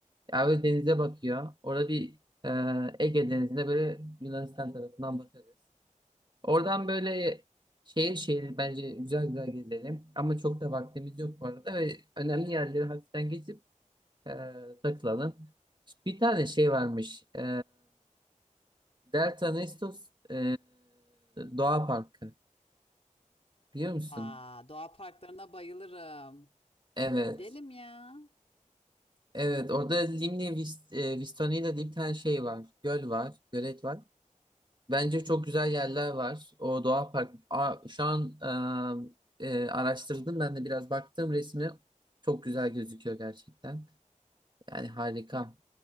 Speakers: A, on the right; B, on the left.
A: Ya böyle denize bakıyor. Orada bir e, Ege Denizi'ne böyle Yunanistan tarafından bakarız. Oradan böyle şehir şehir bence güzel güzel gezelim. Ama çok da vaktimiz yok bu arada ve önemli yerleri hafiften geçip e, takılalım. Bir tane şey varmış. E, Delta Nestos e, Doğa Parkı biliyor musun?
B: Vaa, doğa parklarına bayılırım.
A: Evet.
B: Gidelim ya.
A: Evet orada Limni Vist, e, Vistonya'da diye bir tane şey var. Göl var. Gölet var. Bence çok güzel yerler var. O doğa park. Aa, şu an e, e, araştırdım ben de biraz baktım resmi. Çok güzel gözüküyor gerçekten. Yani harika